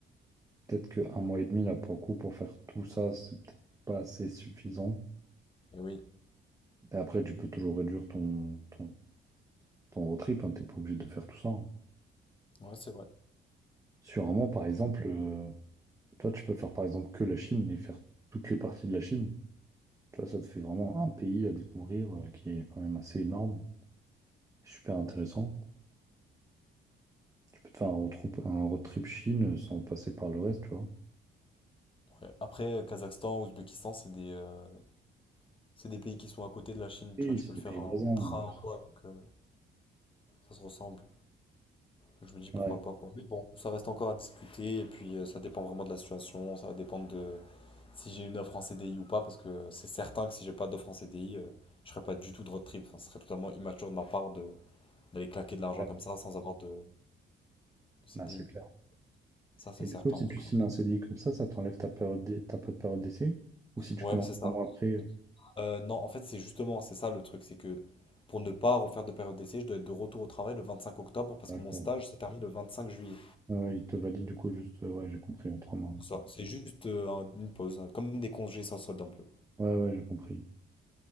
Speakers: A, on the right (about 15°); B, on the left (about 25°).
A: peut-être que un mois et demi, là, pour le coup, pour faire tout ça, c'est peut-être pas assez suffisant.
B: Et oui,
A: Et après, tu peux toujours réduire ton, ton, ton road trip, hein, t'es pas obligé de faire tout ça. hein.
B: ouais, c'est vrai.
A: Sur un mois, par exemple, euh, toi, tu peux faire par exemple que la Chine et faire toutes les parties de la Chine. Tu vois, ça te fait vraiment un pays à découvrir euh, qui est quand même assez énorme, super intéressant. Tu peux te faire un road trip, un road trip Chine sans passer par le reste, tu vois.
B: Ouais. Après, euh, Kazakhstan, Ouzbékistan, c'est des, euh, c'est des pays qui sont à côté de la Chine.
A: Oui,
B: Tu vois, tu
A: c'est
B: peux le
A: des
B: faire
A: pays
B: en
A: voisins.
B: train
A: je
B: quoi. Donc, euh, ça se ressemble. Donc, je me dis pourquoi
A: Ouais,
B: pas quoi. Mais bon, ça reste encore à discuter. Et puis, euh, ça dépend vraiment de la situation. Ça va dépendre de. si j'ai une offre en CDI ou pas, parce que c'est certain que si j'ai pas d'offre en CDI, euh, je ferai pas du tout de road trip. Enfin, ce serait totalement immature de ma part de d'aller claquer de l'argent
A: ouais,
B: comme ça sans avoir de, de CDI.
A: bah, c'est clair.
B: Ça, c'est
A: Et du
B: certain
A: coup, si
B: en
A: tu
B: tout cas.
A: signes un CDI comme ça, ça t'enlève ta période d'e- t'as pas de période d'essai? Ou si tu
B: Ouais,
A: commences
B: c'est ça.
A: trois mois après, euh,
B: Euh, non, en fait, c'est justement, c'est ça le truc, c'est que pour ne pas refaire de période d'essai, je dois être de retour au travail le 25 octobre parce
A: d'accord.
B: que mon stage s'est terminé le 25 juillet.
A: Ouais, ouais, il te valide du coup juste, euh, ouais, j'ai compris, ouais, trois mois.
B: C'est ça. C'est juste euh, un- une pause, hein, comme des congés sans solde un peu.
A: Ouais, ouais, j'ai compris.